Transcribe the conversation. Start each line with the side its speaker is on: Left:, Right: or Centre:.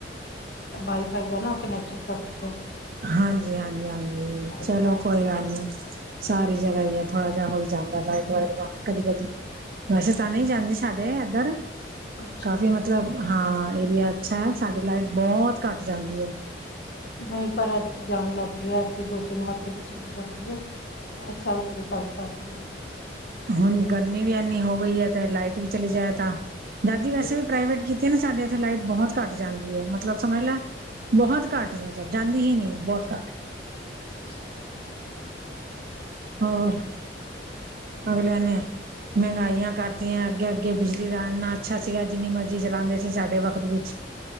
Left: ਵਾਈ-ਫਾਈ ਦਾ ਨਾ ਕਨੈਕਸ਼ਨ ਕਾੱਟ ਗੇਆ ਸੀ।
Right: ਹਾਂਜੀ, ਹਾਂਜੀ, ਹਾਂਜੀ
Left: ਤਾਂ ਉਹਦੇ
Right: ਚਲੋ
Left: ਕਰਕੇ
Right: ਕੋਈ ਗਾੱਲ ਨੀ, ਸਾਰੀ ਜਗਾ ਈ ਏ ਥੋੜਾ ਜਾ ਹੋਈ ਜਾਂਦੈ ਲਾਈਟ, ਵਾਈਟ ਦਾ ਕਦੀ, ਕਦੀ ਵੈਸੇ ਤਾਂ ਨਈ ਜਾਂਦੀ ਸੀ। ਸਾਡੇ ਐਧੱਰ
Left: ਅੱਛਾ
Right: ਕਾਫੀ ਮਤਲਬ ਮਤਲਬ ਹਾਂ ਏਰੀਆ ਅੱਛੈ, ਸਾਡੀ ਲਾਈਟ ਬੋਤ ਘਾੱਟ ਜਾਂਦੀ ਏ।
Left: ਨਹੀਂ ਪਰ ਐਦਕੀ ਜਾਨ ਲਾੱਗ ਗੀ ਏ, ਐਦਕੀ ਦੋ-ਤਿੰਨ ਵਾਰ ਦਿਨੇ ਚਲੀ ਜਾਂਦੀ ਏ। ਐਸ ਸਾਲ ਥੋੜੀ ਤਾੰਗ ਕਾਰ ਰੀ ਏ।
Right: ਹੁਨ ਗਰਮੀ ਵੀ ਐਨੀ ਹੋ ਗਈ ਏ ਤੇ ਲਾਈਟ ਵੀ ਚਲੀ ਜਾਏ ਤਾਂ, ਦਾਦੀ
Left: ਹੈ।
Right: ਵੈਸੇ ਵੀ ਪ੍ਰਾਈਵੇਟ ਕੀ ਕੀਤੀ ਏ ਨਾ ਸਾਡੇ ਐਥੇ ਲਾਈਟ ਬੋਹੋਤ ਘਾੱਟ ਜਾਂਦੀ ਐ ਮਤਲਬ ਸਮਜ ਲੈ ਬੋਹੋਤ ਘਾੱਟ ਮਤਲਬ ਜਾਂਦੀ ਹੀ ਨੀ, ਬੋਤ ਘਾੱਟ।
Left: <inaudible>
Right: ਹੋਰ? ਅਗਲੇਆਂ ਨੇ ਮੈਹੰਗਾਈਆਂ ਕਰਤੀਆਂ ਅੱਗੇ, ਅੱਗੇ ਬਿਜਲੀ ਦਾ ਇੰਨਾ ਅੱਛਾ ਸੀਗਾ, ਜਿੰਨੀ ਮਰਜੀ ਚਲਾਂਦੇ ਸੀ ਸਾਡੇ ਵਕਤ ਵਿੱਚ।